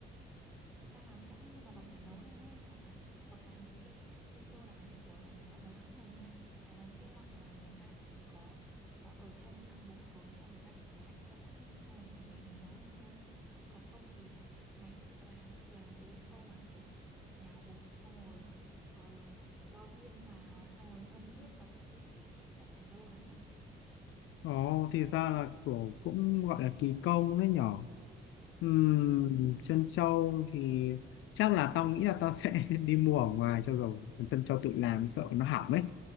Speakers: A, in the centre; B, on the left.
A: người ta làm sẵn nhưng mà mày phải nấu lên đấy hoặc là hoặc là những cái chân trâu nào như kiểu là người ta nấu sẵn rồi nha hoặc là những cái loại mà người ta chỉ có nó ở trong dạng bột rồi xong người ta để tủ lạnh cho sẵn ấy xong rồi mình về mình nấu lên thôi còn không thì mày phải tự làm tự làm từ cái khâu mà kiểu nhào bột xong rồi rồi vo viên vào xong rồi ngâm nước và các thứ thì chắc là lâu lắm
B: Ồ, thì ra là kiểu cũng gọi là kỳ công đấy nhỏ. Ừm,
A: ừ
B: chân trâu thì chắc là tao nghĩ là tao sẽ <laughs> đi mua ở ngoài cho rồi. Còn chân trâu tự làm sợ nó hỏng ấy.